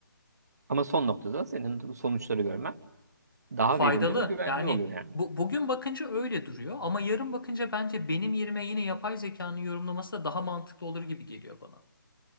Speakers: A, on the right; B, on the left.
A: Ama son noktada senin sonuçları görmen daha
B: faydalı.
A: verimli ve güvenli
B: Yani
A: olur yani.
B: bu, bugün bakınca öyle duruyor ama yarın bakınca bence benim yerime yine yapay zekanın yorumlaması da daha mantıklı olur gibi geliyor bana.